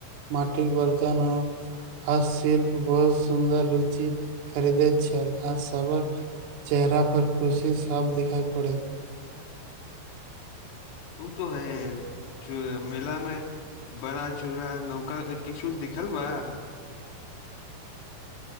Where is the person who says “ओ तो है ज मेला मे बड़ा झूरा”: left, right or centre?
Left